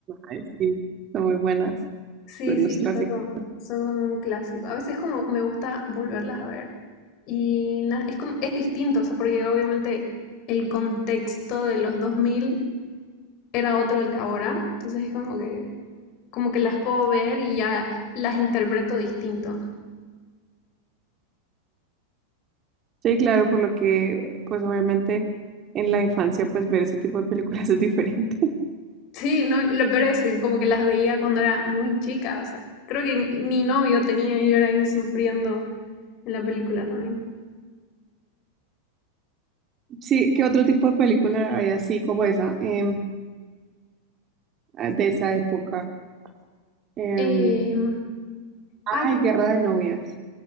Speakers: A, on the right; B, on the left.
A: ay, sí, son muy buenas,
B: Sí,
A: son
B: sí,
A: los clásicos.
B: son como, son como un clásico. A veces como me gusta volverlas a ver. Y na- es como, es distinto, o sea, porque obviamente el contexto de los 2000 era otro el de ahora. Entonces es como que, como que las puedo ver y ya las interpreto distinto.
A: Sí, claro, por lo que, pues obviamente en la infancia, pues ver ese tipo de películas es diferente. <laughs>
B: Sí, no, lo peor es que como que las veía cuando era muy chica, o sea, creo que ni novio tenía y yo era ahí sufriendo en la película también.
A: Sí, ¿qué otro tipo de película hay así como esa, em, ah, de esa época? Em,
B: Em, ay,
A: ay, Guerra de Novias.